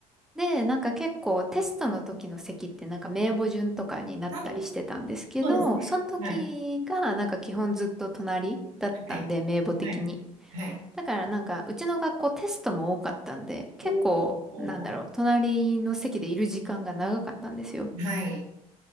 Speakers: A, in the centre; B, on the right.
A: で、なんか結構テストの時の席ってなんか名簿順とかになったりしてたんですけど、
B: あーそうですね。
A: その時がなんか基本ずっと隣だったんで、
B: はい。はい。
A: 名簿的に。
B: はい。はい。
A: だからなんかうちの学校テストも多かったんで、結構なんだろう、
B: おお。
A: 隣の席でいる時間が長かったんですよ。
B: はい。